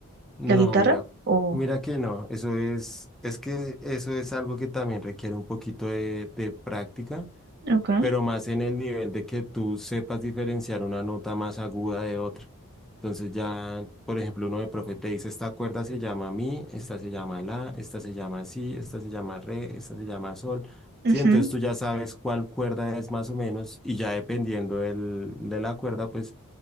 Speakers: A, in the centre; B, on the right (about 45°).
A: No,
B: la guitarra?
A: mira,
B: O,
A: mira que no. Eso es, es que eso es algo que también requiere un poquito de, de práctica
B: ok,
A: pero más en el nivel de que tú sepas diferenciar una nota más aguda de otra. Entonces ya, por ejemplo, uno de profe te dice, esta cuerda se llama mi, esta se llama la, esta se llama si, esta se llama re, esta se llama sol.
B: ujú,
A: Sí, entonces tú ya sabes cuál cuerda es más o menos y ya dependiendo del, de la cuerda, pues